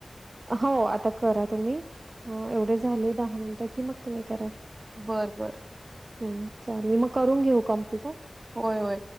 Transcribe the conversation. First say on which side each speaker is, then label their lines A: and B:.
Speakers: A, on the right; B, on the right.
A: हो. आता करा तुम्ही एवढे झाले दहा मिनट की मग तुम्ही करा.
B: बर बर
A: हम्. चालेल मग करून घेऊ कम्प्लीट.
B: होय होय